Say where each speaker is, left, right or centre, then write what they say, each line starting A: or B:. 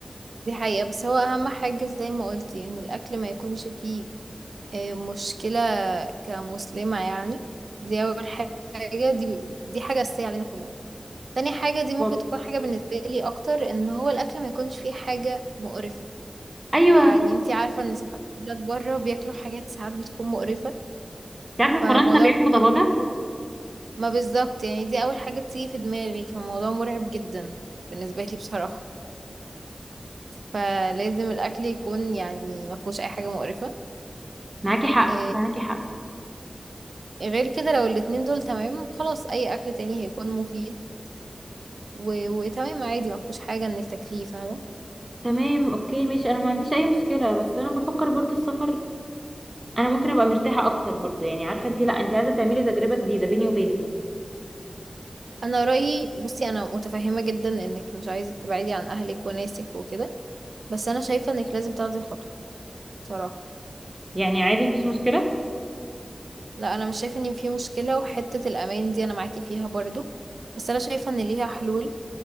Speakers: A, on the right (about 80°); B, on the right (about 25°).
A: دي حقيقة بس هو أهم حاجة زي ما قلتي إن الأكل ما يكونش فيه آه، مشكلة كمسلمة يعني دي أول حاجة دي دي حاجة أساسية علينا كلنا تاني حاجة دي ممكن
B: بالظبط.
A: تكون حاجة بالنسبة لي أكتر إن هو الأكل ما يكونش فيه حاجة مقرفة
B: أيوه
A: يعني
B: صح
A: انتي عارفة إن ساعات البلاد بره بياكلوا حاجات ساعات بتكون مقرفة
B: أنت عارفة
A: فالموضوع
B: فرنسا بياكلوا
A: بي-
B: ضفادع
A: ما بالظبط يعني دي أول حاجة بتيجي في دماغي فالموضوع مرعب جدا بالنسبة لي بصراحة فلازم الأكل يكون يعني ما فيهوش أي حاجة مقرفة
B: معاكي حق
A: آه،
B: معاكي حق
A: غير كده لو الاتنين دول تمام خلاص أي أكل تاني هيكون مفيد و... وتمام عادي ما فيهوش حاجة انك تاكليه فاهمة
B: تمام أوكي ماشي أنا ما عنديش أي مشكلة بس أنا بفكر برضه السفر انا ممكن ابقى مرتاحه اكتر برضو يعني عارفه انت لا انت عايزه تعملي تجربه جديده بيني وبينك
A: انا رأيي بصي انا متفهمة جدا انك مش عايزة تبعدي عن اهلك وناسك وكده بس انا شايفة انك لازم تاخدي الخطوة بصراحة
B: يعني عادي مفيش مشكله
A: لا انا مش شايفة ان في مشكلة وحتة الامان دي انا معاكي فيها برضو بس انا شايفة ان ليها حلول